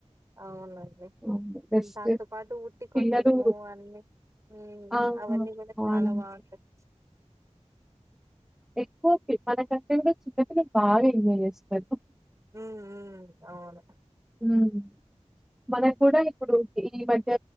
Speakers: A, on the right (about 25°); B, in the centre.
A: అవునండి
B: అవును. బెస్ట్
A: దాంతో పాటు ఉట్టి
B: పిల్లలు
A: కొట్టడము అన్ని హ్మ్
B: ఆ!
A: అవన్నీ కూడా
B: అవునండి.
A: చాలా బాగుంటయి
B: ఎక్కువ మనకంటే కూడా చిన్నపిల్లలు బాగా ఎంజాయ్ చేస్తారు
A: మ్మ్ మ్మ్ అవును
B: హ్మ్. మనకు కూడా ఇప్పుడు ఈ మధ్య